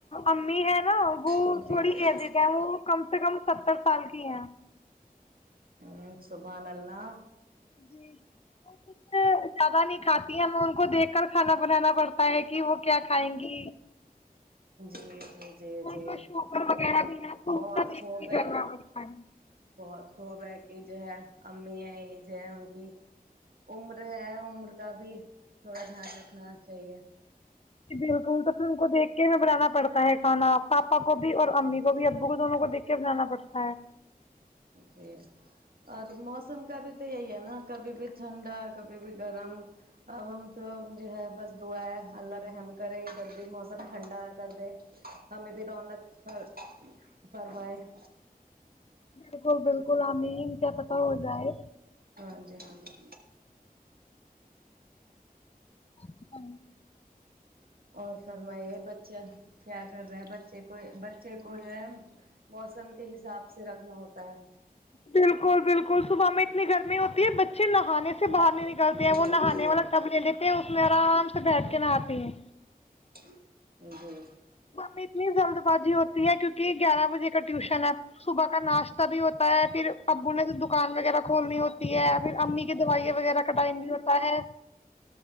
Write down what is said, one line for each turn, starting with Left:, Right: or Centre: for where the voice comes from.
Left: امی ہے نا وہ
Right: آپ جی
Left: تھوڑی
Right: جی
Left: ایزی کہ کم سے کم ستر سال کی ہے
Right: ہ سبانلہ
Left: جی جی وہ کچھ زیادہ نہیں کھاتی ہیں ہمیں ان کو دیکھ کر کھانا بنانا پڑتا ہے کہ وہ کیا کھائیں گی
Right: جی جی جی
Left: ان
Right: جی
Left: کو شوگر وغیرہ بھی ہے تو
Right: بہت
Left: ان کا دیکھ
Right: خوب
Left: کے
Right: ہے
Left: کرنا پڑتا ہے
Right: بہت خوب ہے کی جو ہے امی ہے یہ جو ہے ان کی عمر ہے عمر کا بھی تھوڑا دھیان رکھنا چاہیے
Left: ج بالکل تو پھر ان کو دیکھ کے بھی بنانا پڑتا ہے کھانا پاپا کو بھی اور امی کو بھی ابو کو دونوں کو دیکھ کے بنانا پڑتا ہے
Right: جی اور موسم کا بھی تو یہی ہے نا ہ کبھی بھی ٹھنڈا کبھی بھی گرم اب ہم تو جو ہے بس دعا ہے اللہ رحم کرے ادھر بھی موسم ٹھنڈا کر دے ہمیں بھی رونق ف فر بائے <inaudible>
Left: بالکل بالکل امین کیا پت ہو جائے
Right: ہاں جی ہاں جی
Left: اپتن <unintelligible>
Right: اور فرمائیے بچے کیا کر رہے ہے بچے کو بچے کو جو ہے موسم کے حساب سے رکھنا ہوتا ہے
Left: بالکل بالکل صبح میں اتنی گرمی ہوتی ہے بچے نہانے سے سے باہر نہیں نکلتے
Right: جی
Left: ہیں
Right: جی
Left: وہ نہانے والا
Right: جی
Left: ب نہیں دیتے ہیں اس میں آرام سے بیٹھ کے نہاتے ہیں
Right: جی <unintelligible>
Left: می اتنی جلد بازی ہوتی ہے کیونکہ گیارہ بجے کا ٹیوشن ہے صبح کا ناشتہ بھی ہوتا ہوتا پھر ابو نے تو دکان وغیرہ کھولنی ہوتی ہے پھر امی کی دوائیں وغیرہ کٹائ ہوتا ہے